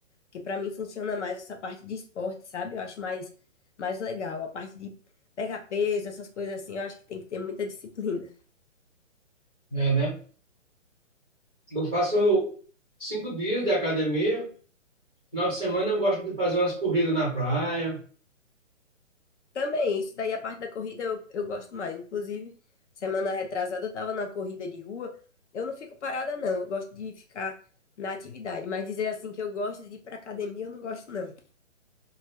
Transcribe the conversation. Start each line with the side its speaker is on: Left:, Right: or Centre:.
Left: que para mim funciona mais essa parte de esporte, sabe? Eu acho mais, mais legal. A parte de pegar peso, essas coisas assim, eu acho que tem que ter muita disciplina.
Centre: É, né? Eu faço cinco dias de academia. Final de semana eu gosto de fazer umas corridas na praia.
Left: Também, isso daí, a parte da corrida eu, eu gosto mais. Inclusive, semana retrasada eu estava na corrida de rua. Eu não fico parada, não. Eu gosto de ficar na atividade, mas dizer assim que eu gosto de ir para academia, eu não gosto, não.